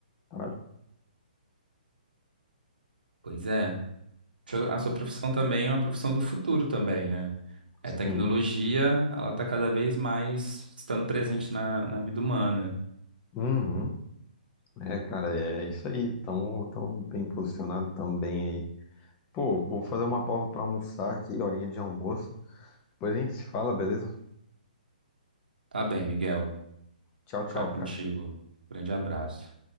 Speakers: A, on the left (about 25°); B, on the right (about 85°).
A: Para-
B: pois é, a sua profissão também é uma profissão do futuro também, né? A
A: Sim.
B: tecnologia, ela está cada vez mais estando presente na, na vida humana.
A: Uhum. É, cara, é isso aí. Tão, tão bem posicionado também aí. Pô, vou fazer uma pausa pra almoçar aqui, horinha de almoço. Depois a gente se fala, beleza?
B: Tá bem, Miguel.
A: Tchau, tchau,
B: Vou ficar contigo.
A: cara.
B: Grande abraço.